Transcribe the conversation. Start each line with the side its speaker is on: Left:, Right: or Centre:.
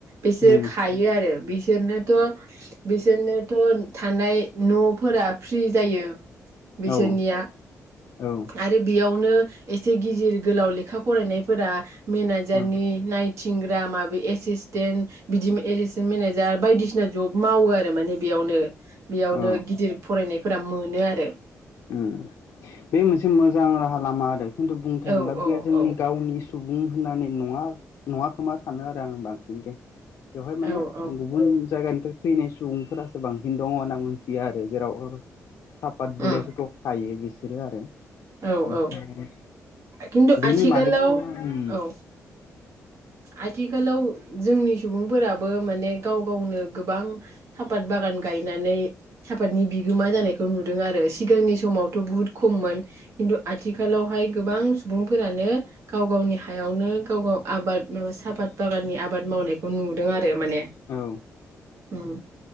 Right: बिसोर
Left: उम
Right: खायो आरो। बिसोरनोथ' बिसोरनोथ' थानाय न'फोरा फ्रि जायो बिसोरनिया।
Left: औ औ
Right: आरो बेयावनो एसे गिदिर गोलाव लेखा फरायनायफोरा मेनेजारनि
Left: औ
Right: नायथिंग्रा माबे एसिसटेन्ट बिदि एस मेनेजार बायदिसिना जब मावो आरो माने बेयावनो। बेयावनो
Left: औ
Right: गिदिर फरायनायफोरा मोनो आरो।
Left: उम बे मोनसे मोजां राहा लामा आरो खिन्थु बुंनो थांङोब्ला
Right: औ औ
Left: बे जोंनि
Right: औ
Left: गावनि सुबुं होननानै नंङा नंङा खोमा सानो आरो आं बांसिनखै। बेवहाय माने
Right: औ औ
Left: गुबुन जायगानिफ्राय फैनाय सुबुंफोरासो बांसिन दंङ' होनना मिथियो आरो। जेराव सापात बिलाइफोरखौ
Right: उम
Left: खायो बिसोरो आरो। ओमफ्राय
Right: औ औ खिन्थु
Left: बेनि
Right: आथिखालाव
Left: मालिकफोरा उम
Right: औ आथिखालाव जोंनि सुबुंफोराबो माने गाव गावनो गोबां सापात बागान गायनानै सापातनि बिगोमा जानायखौ नुदों आरो सिगांनि समावथ' बुहुत खममोन। खिन्थु आथिखालावहाय गोबां सुबुंफोरानो गाव गावनि हायावनो गाव गाव आबाद सापत बागाननि आबाद मावनायखौ नुदों आरो माने।
Left: औ
Right: उम